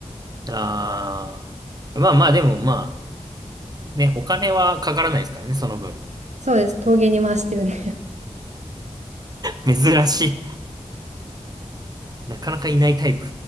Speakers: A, on the right; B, on the right.
A: あー。まあまあでもまあ、ね、お金はかからないですからね、その分。
B: そうです。陶芸に回してるんで。
A: <laughs> 珍しい。なかなかいないタイプ。